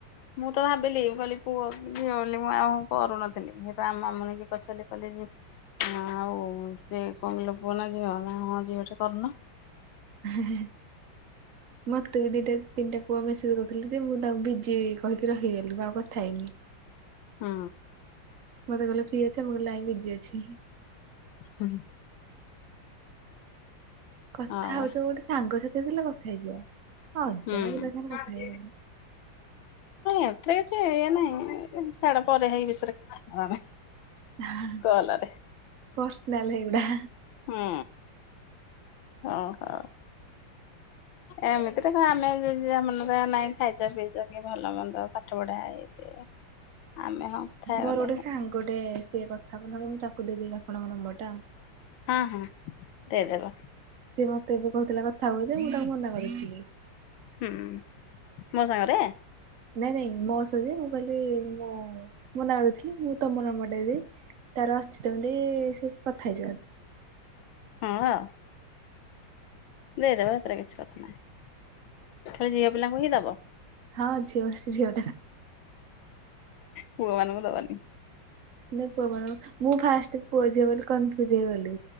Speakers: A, on the left (about 75°); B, on the right (about 60°).
A: ମୁଁ ତ ଭାବିଲି ମୁଁ କହିଲି ପୁଅ କି ଝିଅ ବୋଲି ମୁଁ ଆମ କରୁନଥିଲି ହେଥି ପାଇଁ ଆମ ମାମୁନି କି ପଚାରିଲି କହିଲି ଯେ ଆଉ ସିଏ କହିଲେ ପୁଅ ନା ଝିଅ ହଁ ଝିଅ ଟେ କରୁନ।
B: ହେ ହେ ମୋତେ ବି ଦିଇଟା ତିନିଟା ପୁଅ ମେସେଜ କରିଥିଲେ। ଯେ ମୁଁ ତାଙ୍କୁ ବିଜି କହିକି ରହିଗଲି। ମୁଁ ଆଉ କଥା ହେଇନି।
A: ହୁଁ।
B: ମତେ କହିଲେ ଫ୍ରି ଅଛ ମୁଁ କହିଲି ନାଇଁ ବିଜି ଅଛି।
A: ହୁଁ।
B: କଥା
A: ବା
B: ହୋଉଥିବ ଗୋଟେ ସାଙ୍ଗ ସହିତ ଥିଲେ କଥା ହେଇଯିବ। ଅଜାଣା
A: ହୁଁ
B: ପିଲା ସାଙ୍ଗରେ
A: ମା <unintelligible>
B: କଥା ହେଇ ହବନି।
A: ଏଇୟା ନାହିଁ ଛାଡ଼ ପରେ ହେଇ ବିଷୟରେ କଥା ହବା ଆମେ।
B: ହା ହା ହା
A: କଲରେ।
B: ପର୍ସନାଲ ହେଗୁଡ଼ା।
A: ହୁଁ ଓ ହୋଉ। ଏମିତିରେ ତ ଆମେ ଯା ମନରେ ନାହିଁ ଖାଇଚ ପିଇଚ କି ଭଲ ମନ୍ଦ କି ପାଠ ପଢ଼ା ଇଏ ସିଏ। ଆମେ ହଁ କଥା
B: ମୋର
A: ହେଇଗଲେ
B: ଗୋଟେ ସାଙ୍ଗ ଟେ ସସିଏ କଥା ହବ ତାକୁ ଦେବି ଆପଣଙ୍କ ନମ୍ୱର ଟା ଆଉ।
A: ହଁ ହଁ ଦେଇଦେବ।
B: ସିଏ ମତେ ଏବେ କୋହୁଥିଲା କଥା ହବ ଯେ ମୁଁ ତାକୁ ମନା କରିଥିଲି।
A: ହୁଁ ମୋ ସାଙ୍ଗରେ
B: ନାଇଁ ନାଇଁ ମୋ ସହ <unintelligible> ମୁଁ କହିଲି ମୁଁ ମନା କଲି ମୁଁ ତମ ନମ୍ୱର ଦେଇଦେବି। ତାର ଅଛି ତ ଏମିତି ସେ କଥା ହେଇଯାଉ।
A: ହଁ ଆ ଦେଇ ଦେବା ହେଥିରେ କିଛି କଥା ନାହିଁ। ଖାଲି ଝିଅ ପିଲାଙ୍କୁ ହିଁ ଦବ।
B: ହଁ ଝିଅ ସେ ଝିଅ
A: ପୁଅ ମାନଙ୍କୁ ଦବନି।
B: ନା ପୁଅ ମାନଙ୍କୁ ମୁଁ ଫାଷ୍ଟ ପୁଅ ଝିଅ ବୋଲି କନ୍ଫ୍ୟୁଜ୍ ହେଇଗଲି